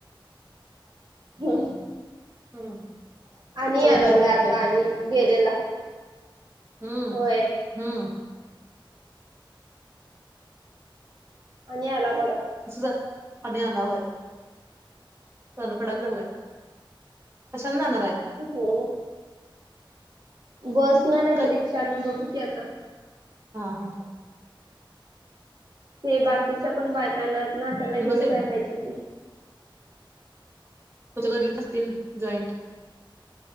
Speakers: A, on the right; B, on the right.
A: हम्
B: हम्म
A: आणि
B: सगळं
A: यालागलाय
B: ब्लॅक झालंय
A: आता आणि गेलेला.
B: हम्म
A: होय
B: हम्म.
A: मिळालं बघां
B: जां पाणी आणां होयं तडफडां चालंला आहे कशांने जाणारं आहे
A: हो हो बसं नं नाहीं
B: काय
A: तरं रिक्षां नं बघूं की आंता
B: हां हां
A: ते बाकीच्यां पणं बायकांना नां त्यांना घेऊंन
B: बस
A: जांय पाहिजे की
B: तुमच्यां गल्लीत असतील जॉईंट